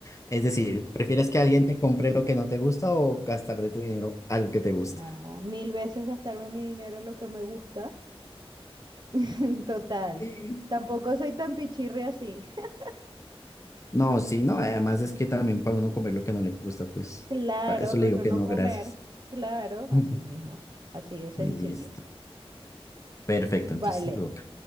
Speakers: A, on the left (about 30°); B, on the right (about 45°).
A: Es decir, ¿prefieres que alguien te compre lo que no te gusta o gastar de tu dinero algo que te gusta?
B: No, mil veces gastarme mi dinero en lo que me gusta. <laughs> Total.
A: Sí.
B: Tampoco soy tan pichirre así. <laughs>
A: No, sí, no, además es que también para uno comer lo que no le gusta, pues
B: Claro,
A: para eso le
B: prefiero
A: digo que
B: no
A: no,
B: comer.
A: gracias.
B: Claro,
A: <laughs>
B: así mismo. Así de sencillo.
A: Listo. Perfecto,
B: Vale.
A: entonces te toca.